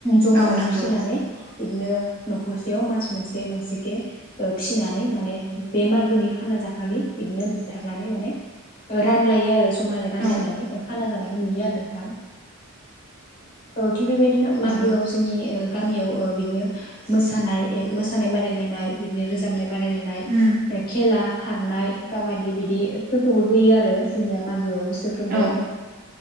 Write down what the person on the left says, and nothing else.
जमा
अमा
फिसिनानै बिदिनो न'खरसेयाव मास मोनसे मोनसेखे ओ फिसिनानै माने बे मागोनि खाना जाखालि बिदिनो बुथारनानै माने रानलायो आरो जमानो रानलायनानै
खाना जानायखौ नुयो आरो नोंथां औ थिग बेबायदिनो मागोआव
जोंनि ओ गामियाव ओ बिदनो मोसानाय ए मोसानाय बादायलायनाय बिदिनो रोजाबनाय बादायलायनाय
खेला खारनाय काबादि बिदिफोरखौबो होयो आरो जोंनिया मागोआव बोसोरफ्रोमबो